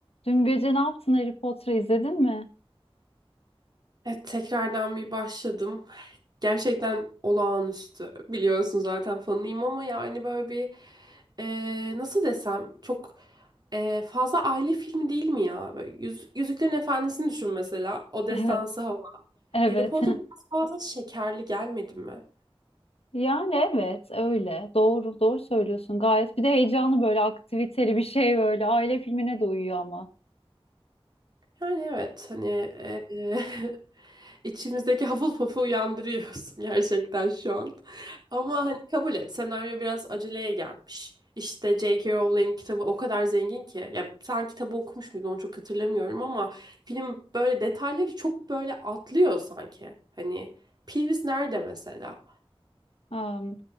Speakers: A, on the left; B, on the right.
A: Dün gece ne yaptın Harry Potter'ı izledin mi?
B: Evet, tekrardan bir başladım. Gerçekten olağanüstü. Biliyorsun zaten fanıyım ama yani böyle bir e, nasıl desem çok e, fazla aile filmi değil mi ya? Böyle Yüz, Yüzüklerin Efendisi'ni düşün mesela.
A: <laughs>
B: O destansı
A: Evet.
B: hava.
A: Evet.
B: Harry Potter
A: <laughs>
B: biraz fazla şekerli gelmedi mi?
A: Yani evet öyle. Doğru, doğru söylüyorsun gayet. Bir de heyecanlı böyle aktiviteli bir şey böyle. Aile filmine de uyuyor ama.
B: Yani evet hani e, e, <laughs> içimizdeki Hufflepuff'u uyandırıyorsun <laughs> gerçekten şu an. Ama hani kabul et senaryo biraz aceleye gelmiş. İşte J.K. Rowling kitabı o kadar zengin ki. Ya sen kitabı okumuş muydun onu çok hatırlamıyorum ama film böyle detayları çok böyle atlıyor sanki. Hani Peeves nerede mesela?
A: Am,